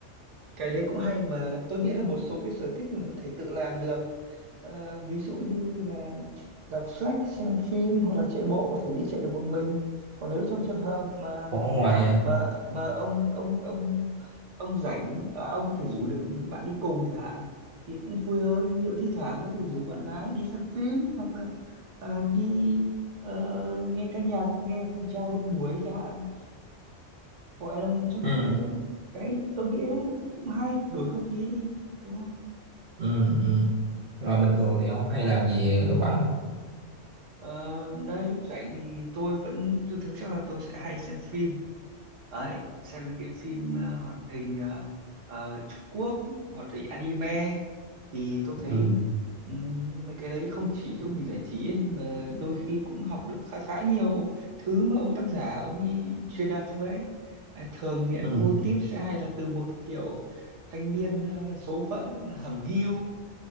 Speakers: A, on the right; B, on the right.
A: cái đấy cũng hay mà tôi nghĩ là một số cái sở thích mình có thể tự làm được Ờ, ví dụ như là đọc sách xem phim hoặc là chạy bộ có thể đi chạy được một mình còn nếu trong trường hợp mà
B: ở ngoài
A: mà mà ông ông ông ông rảnh à, ông có thể rủ được bạn đi cùng chẳng hạn thì cũng vui hơn ví dụ thi thoảng có thể rủ bạn gái đi xem phim hoặc là ờ, đi ờ, nghe ca nhạc nghe phòng trà một buổi chẳng hạn gọi là một trong
B: ừ,
A: những cái tôi nghĩ đấy cũng hay đổi không khí đi đúng không
B: ừ, ừ. rồi bình thường thì ông hay làm gì lúc rảnh
A: ờ, đây lúc rảnh thì tôi vẫn tôi thường chắc là tôi sẽ hay xem phim đấy xem mấy cái phim ờ, hoạt hình ờ, ờ, Trung Quốc hoạt hình anime thì tôi thấy
B: ừ,
A: ừm, mấy cái đấy không chỉ giúp mình giải trí ấy, mà đôi khi cũng học được khá khá nhiều thứ mà ông tác giả ông ấy truyền đạt trong đấy à, thường thì cái
B: ừ,
A: mô típ sẽ hay là từ một kiểu thanh niên ờ, số phận hẩm hiu